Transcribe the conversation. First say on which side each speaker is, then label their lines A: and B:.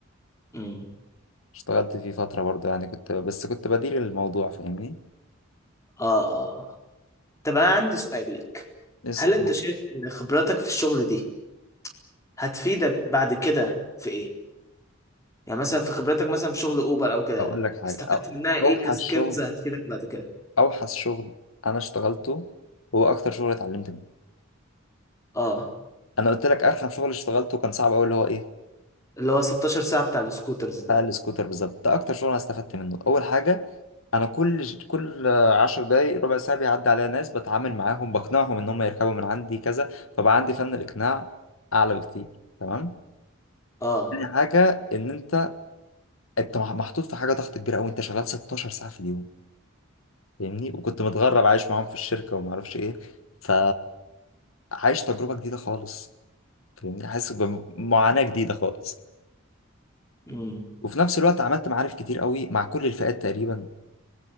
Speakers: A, on the left; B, on the left.
A: مم.
B: اشتغلت فيه فترة برضه يعني كنت بس كنت بدير الموضوع فاهمني
A: اه اه آه. طب انا عندي سؤال ليك
B: اسأل
A: هل انت شايف ان خبراتك في الشغل دي هتفيدك بعد كده في ايه يعني مثلا في خبرتك مثلا في شغل اوبر او كده
B: اقول لك حاجة
A: استفدت
B: أو-
A: منها ايه
B: اوحش
A: كسكيلز
B: شغل
A: هتفيدك بعد كده
B: اوحش شغل انا اشتغلته هو اكتر شغل اتعلمت منه
A: اه
B: انا قلت لك ارخم شغل اشتغلته كان صعب قوي اللي هو ايه
A: اللي هو 16 ساعة بتاع السكوترز ده
B: بتاع السكوتر بالظبط ده اكتر شغل انا استفدت منه اول حاجه انا كل ج- كل عشر دقايق ربع ساعه بيعدي عليا ناس بتعامل معاهم بقنعهم ان هم يركبوا من عندي كذا فبقى عندي فن الاقناع اعلى بكتير تمام
A: اه
B: تاني حاجه ان انت انت مح- محطوط في حاجه ضغط كبيره قوي انت شغال 16 ساعه في اليوم فاهمني وكنت متغرب عايش معاهم في الشركه وما اعرفش ايه ف عايش تجربة جديدة خالص فاهمني حاسس بمعاناة جديدة خالص
A: امم
B: وفي نفس الوقت عملت معارف كتير قوي مع كل الفئات تقريبا